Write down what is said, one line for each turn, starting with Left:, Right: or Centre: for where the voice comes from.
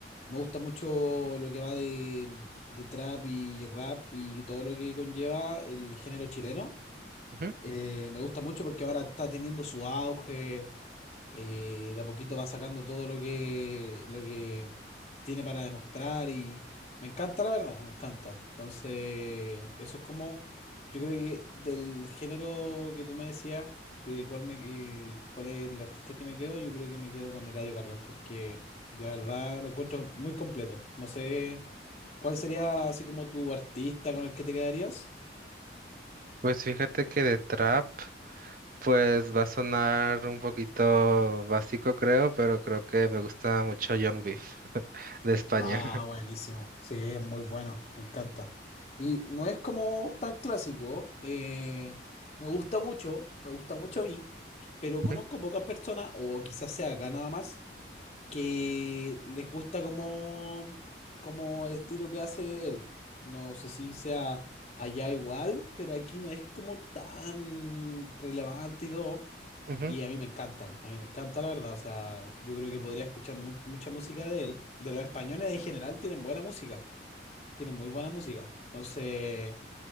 Left: Me gusta mucho lo que va de, de trap y rap y todo lo que conlleva el género chileno.
Right: Ujú.
Left: Eh, me gusta mucho porque ahora está teniendo su auge eh, de a poquito va sacando todo lo que, lo que tiene para demostrar y me encanta, la verdad, me encanta. Entonces, eso es como, yo creo que del género que tú me decías, que de cuál me, eh, cuál es el artista que me quedo, yo creo que me quedo con Eladio Carrión porque la verdad lo encuentro muy completo. No sé, ¿cuál sería así como tu artista con el que te quedarías?
Right: Pues fíjate que de trap. Pues va a sonar un poquito básico, creo, pero creo que me gusta mucho Young Beef <laughs> de España.
Left: Ah, buenísimo. Sí, es muy bueno, me encanta. Y no es como tan clásico, eh, me gusta mucho, me gusta mucho a mí, pero
Right: Ujú,
Left: conozco pocas personas, o quizás sea acá nada más, que les gusta como, como el estilo que hace él. No sé si sea allá igual, pero aquí no es como tan relevante y todo.
Right: ujú,
Left: Y a mí me encanta, a mí me encanta la verdad. O sea, yo creo que podría escuchar mu- mucha música de él. De los españoles en general tienen buena música, tienen muy buena música. Entonces,